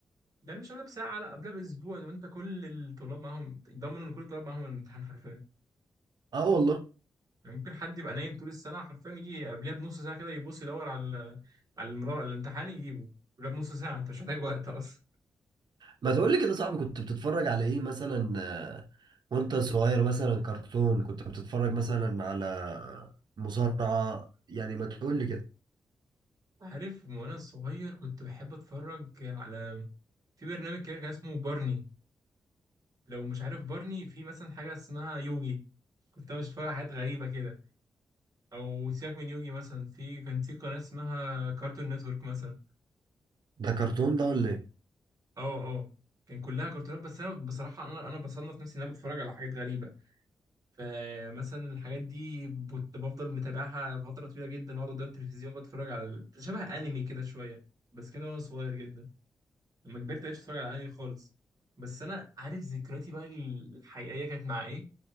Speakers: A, on the right (about 50°); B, on the right (about 65°).
A: يعني مش قبلها بساعه لا قبلها باسبوع لو انت كل الطلاب معاهم ضمن ان كل الطلاب معاهم الامتحان حرفيا
B: اه والله
A: يعني ممكن حد يبقى نايم طول السنه حرفيا يجي قبلها بنص ساعه كده يبص يدور على ال- على المراقب الامتحان يجيبه قبلها بنص ساعه انت مش محتاج وقت اصلا
B: ما تقول لي كده يا صاحبي كنت بتتفرج على ايه مثلا آه، وانت صغير مثلا كرتون كنت بتتفرج مثلا على مصارعة يعني ما تقول لي كده
A: عارف من وانا صغير كنت بحب اتفرج على في برنامج كده كان اسمه بارني لو مش عارف بارني في مثلا حاجه اسمها يوجي كنت انا مش فاهم حاجات غريبه كده او سيبك من يوجي مثلا في كان في قناه اسمها كارتون نتورك مثلا
B: ده كرتون ده ولا ايه
A: اه اه كان كلها كرتونات بس انا بصراحه انا انا بصنف نفسي ان انا بتفرج على حاجات غريبه فمثلا الحاجات دي كنت بفضل متابعها فتره طويله جدا اقعد قدام التلفزيون بتفرج على ال- شبه انمي كده شويه بس كده وانا صغير جدا لما كبرت مبقتش اتفرج على انمي خالص بس انا عارف ذكرياتي بقى الحقيقيه كانت مع ايه